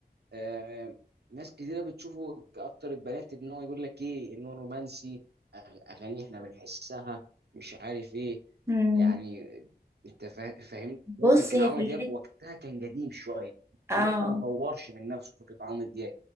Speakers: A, on the right; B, on the right.
A: آه، ناس كتيرة بتشوفه كأكتر البنات إن هو يقول لك إيه إن هو رومانسي أغ- أغاني إحنا بنحسها مش عارف إيه
B: مم.
A: يعني أنت فا- فاهم
B: بص
A: يمكن
B: هي
A: عمرو
B: في الحتة
A: دياب وقتها كان قديم شوية
B: اه
A: لسه ما طورش من نفسه فكرة عمرو دياب